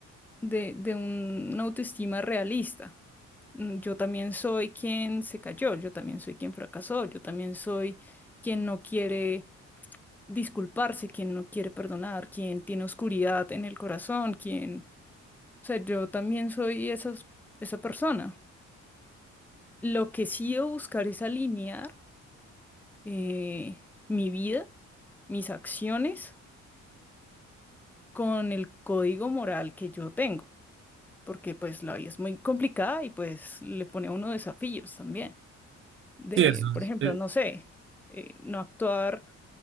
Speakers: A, in the centre; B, on the right.
A: de, de un- una autoestima realista. Mm, Yo también soy quien se cayó, yo también soy quien fracasó, yo también soy quien no quiere disculparse, quien no quiere perdonar, quien tiene oscuridad en el corazón, quien... O sea, yo también soy esas- esa persona. Lo que sí debo buscar es alinear eh, mi vida, mis acciones con el código moral que yo tengo, porque pues la vida es muy complicada y pues le pone a uno desafíos también. De,
B: Sí, eso
A: por
B: es,
A: ejemplo,
B: eh,
A: no sé, eh, no actuar